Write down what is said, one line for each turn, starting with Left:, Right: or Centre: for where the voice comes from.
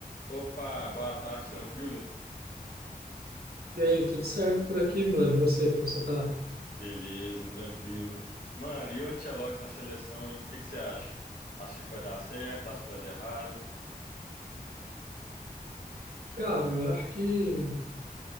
Left: Opa, boa tarde, tranquilo?
Right: E aí, tudo certo por aqui, mano? E você, como você tá?
Left: Beleza, tranquilo. Mano, e o Ancelotti na seleção, hein? O que que você acha? Acha que vai dar certo? Acha que vai dar errado?
Right: Cara, eu acho que